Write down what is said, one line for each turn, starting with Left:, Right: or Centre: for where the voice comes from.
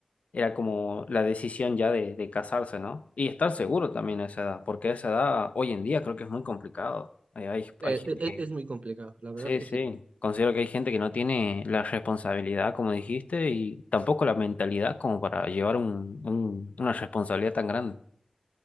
Left: era como la decisión ya de, de casarse, ¿no? Y estar seguro también a esa edad, porque a esa edad hoy en día creo que es muy complicado. Hay, hay,
Right: Eh,
Left: hay gente.
Right: e- e- es, muy complicado, la verdad
Left: Sí,
Right: que
Left: sí.
Right: sí.
Left: Considero que hay gente que no tiene la responsabilidad, como dijiste, y tampoco la mentalidad como para llevar un, un- una responsabilidad tan grande.